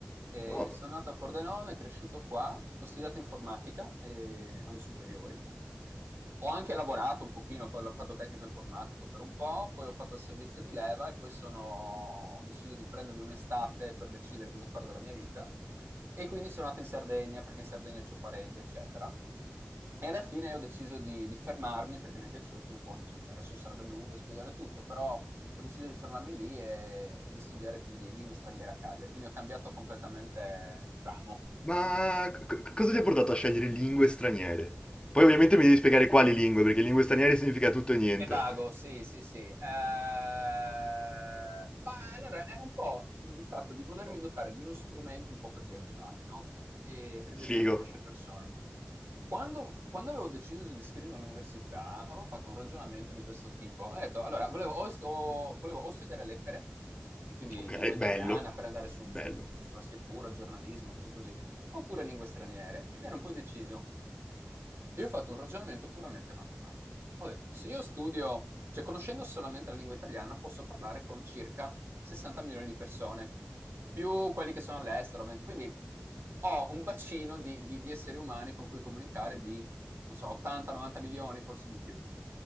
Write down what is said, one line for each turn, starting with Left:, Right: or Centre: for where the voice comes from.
Right: Eh,
Left: oh.
Right: sono nato a Pordenone, cresciuto qua, ho studiato informatica eh, alle superiori. Ho anche lavorato un pochino, ho fa- ho fatto il tecnico informatico per un po', poi ho fatto il servizio di leva e poi sono, ho deciso di prendermi un'estate per decidere cosa fare della mia vita. E quindi sono nato in Sardegna perché in Sardegna ho parenti, eccetera. E alla fine ho deciso di, di fermarmi perché mi è piaciuto un po', diciamo, cioè adesso sarebbe lungo spiegare tutto, però ho deciso di fermarmi lì e, e di studiare quindi lingue straniere a Cagliari, quindi ho cambiato completamente ramo.
Left: Ma c- c- cosa ti ha portato a scegliere lingue straniere? Poi ovviamente mi devi spiegare quali lingue, perché lingue straniere significa tutto e niente.
Right: È vago, sì, sì, sì. Eh, ma allora era un po' il fatto di volermi dotare di uno strumento un po' per viaggiare, no? E per viaggiare
Left: Figo.
Right: e conoscere persone. Quando, quando avevo deciso di iscrivermi all'università, avevo fatto un ragionamento di questo tipo. Ho detto, allora, volevo o, is- o- volevo o studiare lettere, e quindi
Left: Ok,
Right: lingua italiana,
Left: bello.
Right: per andare sul-
Left: Bello.
Right: sul- sul- sulla scrittura, giornalismo, cose così, oppure lingue straniere, ed ero un po' indeciso. Io ho fatto un ragionamento puramente matematico. Ho detto, se io studio, cioè conoscendo solamente la lingua italiana, posso parlare con circa 60 milioni di persone, più quelli che sono all'estero, 20. quindi ho un bacino di, di- di esseri umani con cui comunicare di, non so, 80-90 milioni, forse di più.